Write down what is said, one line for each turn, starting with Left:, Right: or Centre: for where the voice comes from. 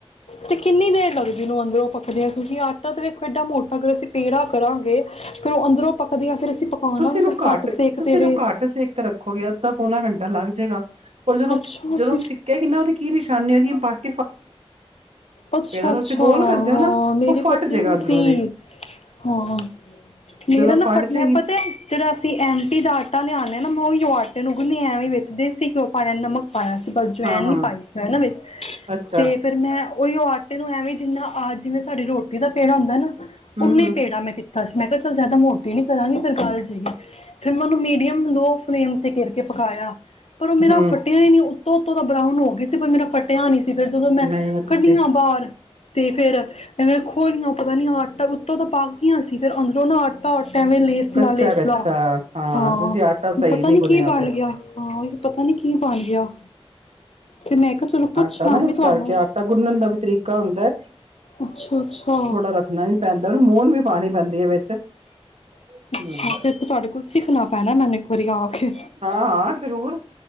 Left: ਤੇ ਕਿੰਨੀ ਦੇਰ ਲੱਗਦੀ ਨੂੰ ਅੰਦਰੋਂ ਪੱਕਦਿਆਂ? ਤੁਸੀਂ ਆਟਾ ਤੇ ਵੇਖੋ ਏਡਾ ਮੋਟਾ ਅਗਰ ਅਸੀਂ ਪੇੜਾ ਕਰਾਂਗੇ ਫੇਰ ਉਹ ਅੰਦਰੋਂ ਪਕਦੀਆਂ ਫਿਰ ਪਕਾਉਣਾ
Right: ਤੁਸੀਂ
Left: ਵੀ
Right: ਇਹਨੂੰ
Left: ਫਿਰ
Right: ਘੱਟ
Left: ਸੇਕ
Right: ਤੁਸੀਂ
Left: ਤੇ ਵੇ
Right: ਇਹਨੂੰ ਘੱਟ ਸੇਕ ਤੇ ਰੱਖੋਗੇ ਤਾਂ ਪੌਣਾ ਘੰਟਾ ਲੱਗ ਜਾਏਗਾ। ਪਰ ਜਦੋਂ,
Left: ਅੱਛਾ
Right: ਜਦੋਂ
Left: ਜੀ
Right: ਸਿਕੈਗੀ ਨਾਂ ਇਹਦੀ ਕੀ ਨਿਸ਼ਾਨੀ ਹੋਗੀ ਬਾਟ
Left: ਅੱਛਾ
Right: ਤੁਸੀਂ
Left: ਅੱਛਾ,
Right: ਗੋਲ ਕਰਦੇ ਹੋ
Left: ਹਾਂ
Right: ਨਾ
Left: ਮੇਰੀ
Right: ਉਹ ਫਟ
Left: ਫੱਟੀ
Right: ਜਾਏਗਾ
Left: ਨੀ
Right: ਅੰਦਰੋਂ
Left: ਸੀ
Right: ਉਹਦੇ
Left: ਹਾਂ, ਮੇਰਾ
Right: ਜਦੋਂ
Left: ਨਾ
Right: ਫਟ
Left: ਫੱਟਣ
Right: ਜਾਏਗੀ
Left: ਪਤਾ ਜਿਹੜਾ ਅਸੀਂ ਐਮਟੀ ਦਾ ਆਟਾ ਲਿਆਉਂਦੇ ਹਾਂ ਨਾ ਮੈਂ ਆਟੇ ਗੀਨਿਯ ਵਿਚ ਦੇਸੀ ਘਿਓ ਪਾ ਲਿਆ ਨਮਕ ਪਾਇਆ ਸੀ ਪਰਲ ਜਵੈਨ
Right: ਹਾਂ ਹਾਂ
Left: ਨੀ ਪਾਈ ਸੀ ਇਹਨਾਂ ਵਿੱਚ
Right: ਅੱਛਾ
Left: ਤੇ ਫੇਿਰ ਮੈਂ ਉਹੀ ਉਹ ਆਟੇ ਨੂੰ ਐਵੇਂ ਜਿੰਨਾ ਆ ਜਿਵੇਂ ਸਾਡੀ ਰੋਟੀ ਦਾ ਪੇੜਾ ਹੁੰਦਾ ਨਾ
Right: ਹਮ
Left: ਉਨੇ
Right: ਹਮ
Left: ਪੇੜਾਂ ਮੈਂ ਕੀਤਾ ਤਾਂ ਮੈਂ ਕਿਹਾ ਚਲੋ ਜਿਆਦਾ ਮੋਟੀ ਨੀ ਕਰਾਂਗੀ ਫਿਰ ਗੱਲ ਜੈਗੀ ਫਿਰ ਮੈਂ ਉਹਨੂੰ ਮੀਡੀਅਮ ਲੋ ਫਲੇਮ ਤੇ ਘਿਰ ਕੇ ਪਕਾਇਆ ਪਰ ਉਹ ਮੇਰਾ
Right: ਹਮ
Left: ਫੱਟਿਆ ਹੀ ਨਹੀਂੀ ਉਤੋ ਦਾ ਬਰਾਊਨ ਹੋ ਗਈ ਸੀ ਪਰ ਮੇਰਾ ਫੱਟ ਪਿਆ ਨੀ ਸੀ ਫਿਰ ਜਦੋਂ ਮੈਂ
Right: ਨਹੀਂ
Left: ਕੱਢੀਆਂ
Right: ਤੁਸੀਂ
Left: ਬਾਹਰ ਤੇ ਫੇਰ ਐਵੇਂ ਹੋਲੀਆਂ ਪਤਾ ਨੀ ਆਟਾ ਉੱਤੋਂ ਤਾਂ ਪਕ ਗਈਆਂ ਸੀ ਫਿਰ ਅੰਦਰੋਂ ਨਾ ਆਟਾ ਆਟਾ ਐਵੇਂ ਲੇਸਲਾ
Right: ਕੱਚਾ
Left: ਲੇਸਲਾ
Right: ਕੱਚਾ
Left: ਹਾਂ
Right: ਤੁਸੀਂ ਆਟਾ ਸਹੀ
Left: ਪਤਾ
Right: ਨਹੀਂ
Left: ਨੀ
Right: ਗੁਣਿਆ
Left: ਕੀ ਬਣ
Right: ਫਿਰ
Left: ਗਿਆ ਹਾਂ ਪਤਾ ਨੀ ਕੀ ਬਣ ਗਿਆ ਤੇ ਮੈਂ ਕਿਹਾ ਚਲੋ ਪੁੱਛਾਂਗੀ
Right: ਇਸ ਕਰਕੇ ਆਟਾ ਨਾ ਇਸ
Left: ਤੁਹਾਨੂੰ
Right: ਕਰਕੇ ਆਟਾ ਗੁੰਨਣ ਦਾ ਵੀ ਤਰੀਕਾ ਹੁੰਦਾ
Left: ਅੱਛਾ ਅੱਛਾ
Right: ਥੋੜ੍ਹਾ ਰੱਖਣਾ ਵੀ ਪੈਂਦਾ ਮੋਹਨ ਵੀ ਪਾਉਣੀ ਪੈਂਦੀ ਹੈ ਵਿੱਚ ਹਮ
Left: ਅੱਛਾ ਫਿਰ ਤੇ ਤੁਹਾਡੇ ਕੋਲ ਸਿੱਖਣਾ ਪੈਣਾ ਮੈਨੂੰ ਇੱਕ ਵਾਰੀ ਆ ਕੇ
Right: ਹਾਂ ਹਾਂ ਜ਼ਰੂਰ